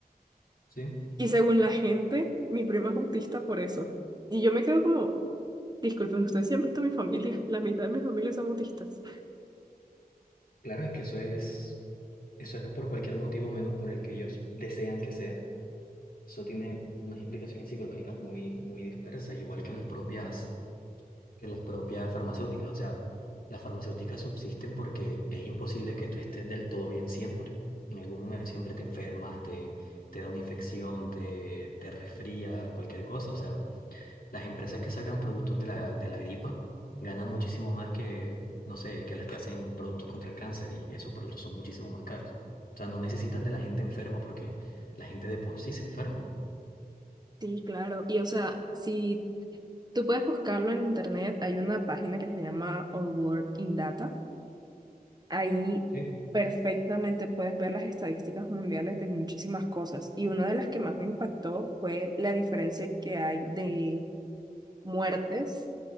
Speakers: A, on the left (about 65°); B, on the right (about 25°).
A: Sí,
B: Y según la gente, mi prima es autista por eso. Y yo me quedo como, disculpen, ustedes sí han visto mi familia, <laughs> la mitad de mi familia son autistas.
A: claro, es que eso es. Eso es por cualquier motivo menos por el que ellos desean que sea. Eso tiene unas implicaciones psicológicas muy, muy dispersas, igual que las propias, que las propias farmacéuticas. O sea, las farmacéuticas subsisten porque es imposible que tú estés del todo bien siempre. En algún momento siempre te enfermas, te, te da una infección, te, te resfrías, cualquier cosa. O sea, las empresas que sacan productos de la, de la gripa ganan muchísimo más que, no sé, que las que hacen productos contra el cáncer y esos productos son muchísimo más caros. O sea, no necesitan de la gente enferma porque la gente de por sí se enferma.
B: Sí, claro. Y o sea, si tú puedes buscarlo en internet, hay una página que se llama All World in Data. Ahí
A: Sí,
B: perfectamente puedes ver las estadísticas mundiales de muchísimas cosas. Y una de las que más me impactó fue la diferencia que hay de muertes,